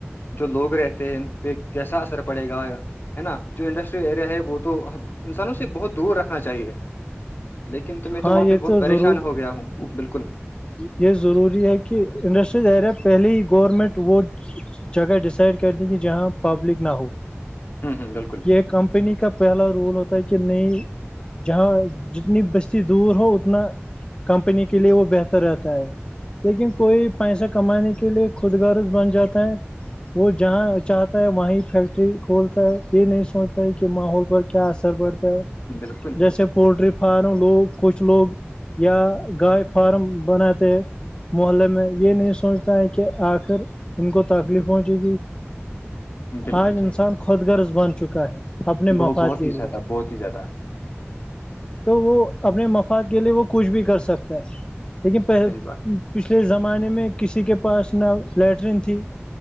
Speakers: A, on the left; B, on the left.
A: جو لوگ رہتے ہیں ان پہ کیسا اثر پڑے گا ہے نا جو انڈسٹریل ایریا ہے وہ تو ہم انسانوں سے بہت دور رکھنا چاہیے لیکن تو میں
B: ہاں
A: تو وہاں
B: یہ
A: پہ بہت پریشان
B: ضرور
A: ہو گیا ہوں بالکل
B: یہ ضروری ہے کہ انڈسٹریل ایریا پہلے ہی گورنمنٹ وہ جگہ ڈیسائڈ کرتی کہ جہاں پبلک نہ ہو
A: ہ ہ بالکل
B: یہ ایک کمپنی کا پہلا رول ہوتا ہے کہ نہیں جہاں جتنی بستی دور ہو اتنا کمپنی کے لیے وہ بہتر رہتا ہے لیکن کوئی پیسہ کمانے کے لیے خود گارز بن جاتا وہ جہاں چاہتا ہے وہیں فیکٹری کھولتا ہے یہ نہیں سوچتا ہے کہ ماحول پر کیا اثر پڑتا ہے
A: بالکل بالکل
B: جیسے پولٹری پر فارم لوگ کچھ لوگ یا گائے فارم بناتے ہیں محلے میں یہ نہیں سوچتا ہے کہ آخر ان کو تکلیف ہوہنچے گی
A: بالکل
B: آج
A: صحیح
B: انسان خود غرض بن چکا ہے اپنے
A: بہ
B: مفاد
A: بہت
B: کے
A: ہی
B: لیے
A: زیادہ بہت ہی زیادہ
B: تو وہ اپنے مفاد کے لیے وہ کچھ بھی کر سکتا ہے لیکن پہلے
A: صحیح بات
B: پچھلے زمانے میں کسی کے پاس نہ لیٹرین تھی